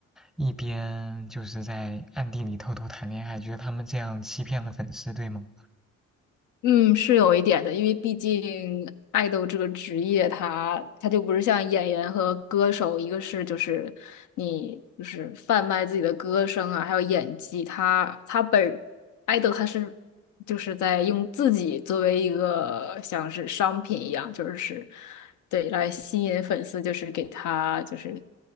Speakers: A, in the centre; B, on the left.
A: 一边就是在暗地里偷偷谈恋爱，觉得他们这样欺骗了粉丝，对吗？
B: 嗯，是有一点的，因为毕竟爱豆这个职业他他就不是像演员和歌手，一个是就是你就是贩卖自己的歌声啊，还有演技，他他本爱豆他是就是在用自己作为一个像是商品一样，就是对来吸引粉丝，就是给他就是